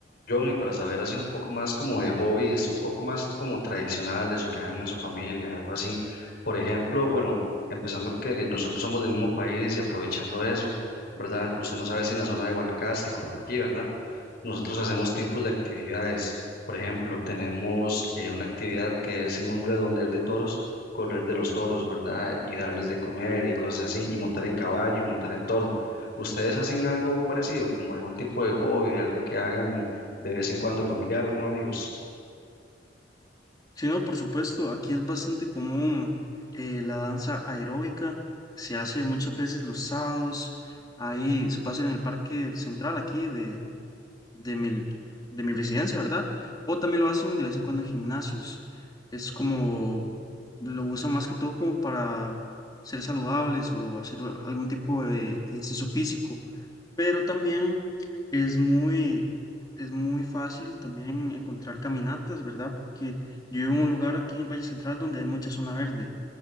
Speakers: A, on the left (about 55°); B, on the left (about 20°).
A: John, y para saber así un poco más como de hobbies, un poco más como tradicionales o que hagan en su familia, algo así. Por ejemplo, bueno, empezando que nosotros somos del mismo país y aprovechando eso, ¿verdad? Usted no sabe si en la zona de Guanacaste, como aquí, ¿verdad? Nosotros hacemos tipos de actividades. Por ejemplo, tenemos eh, una actividad que es en un redondel de toros, correr de los toros, ¿verdad? Y darles de comer y cosas así, y montar en caballo y montar en toro. ¿Ustedes hacen algo parecido, como algún tipo de hobby, algo que hagan? de vez en cuando familiar o con amigos.
B: Sí, no, por supuesto, aquí es bastante común eh, la danza aeróbica, se hace muchas veces los sábados, ahí se puede hacer en el parque central aquí de, de mi, de mi residencia, ¿verdad? O también lo hacen de vez en cuando en gimnasios, es como, lo usan más que todo como para ser saludables o hacer algún tipo de ejercicio físico pero también es muy, es muy fácil también encontrar caminatas, ¿verdad? Porque yo vivo en un lugar aquí en el Valle Central donde hay mucha zona verde,